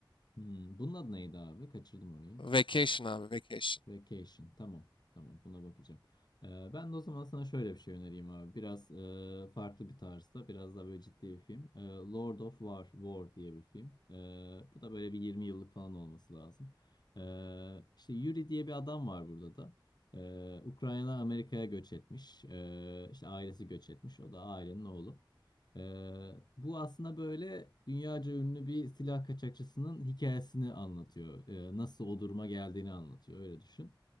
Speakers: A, on the left; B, on the left.
A: Hmm, bunun adı neydi abi? Kaçırdım orayı.
B: Vacation abi, Vacation.
A: Vacation. Tamam. Tamam. Buna bakacağım. Ee, ben de o zaman sana şöyle bir şey önereyim abi. Biraz e, farklı bir tarzda. Biraz daha böyle ciddi bir film. Ee, Lord of War. War diye bir film. Ee, bu da böyle bir 20 yıllık falan olması lazım. Ee, işte Yuri diye bir adam var burada da. Ee, Ukrayna Amerika'ya göç etmiş. Ee, işte ailesi göç etmiş. O da ailenin oğlu. Ee, bu aslında böyle dünyaca ünlü bir silah kaçakçısının hikayesini anlatıyor. Ee, nasıl o duruma geldiğini anlatıyor. Öyle düşün.